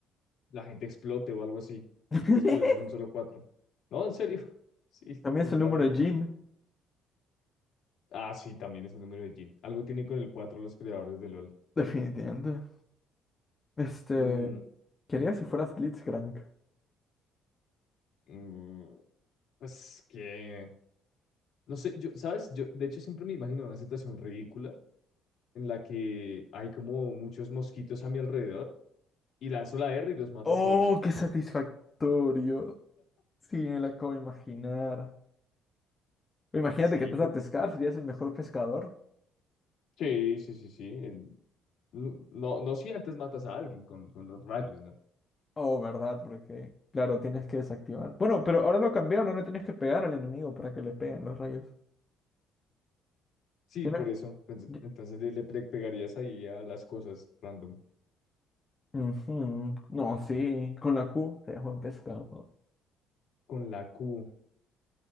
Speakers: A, on the left; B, on the left.
A: la gente explote o algo así.
B: <laughs>
A: Entonces, por eso son solo cuatro. No, en serio. <laughs> Sí,
B: También
A: literalmente.
B: es el número de Jean,
A: Ah, sí, también es el número de Jin. Algo tienen con el cuatro los creadores de LOL.
B: definitivamente. Este,
A: Mm,
B: quería si fueras Blitzcrank.
A: mm, Pues que, no sé, yo, ¿sabes? Yo, de hecho, siempre me imagino una situación ridícula en la que hay como muchos mosquitos a mi alrededor y lanzo la R y los mato
B: Oh,
A: a todos.
B: qué satisfactorio. Sí, me lo acabo de imaginar. Imagínate
A: Sí,
B: que estás
A: como-
B: a pescar, serías el mejor pescador.
A: sí, sí, sí, sí. en- No, no, no si antes matas a alguien con, con los rayos, ¿no?
B: Oh, ¿verdad? Porque, claro, tienes que desactivar. Bueno, pero ahora lo cambiaron, ahora tienes que pegar al enemigo para que le peguen los rayos.
A: Sí,
B: Tienes-
A: por eso. Entonces,
B: ye-
A: entonces le, le pe- pegarías ahí a las cosas random
B: Ujú. No, sí, con la Q se dejó en pescado
A: con la Q.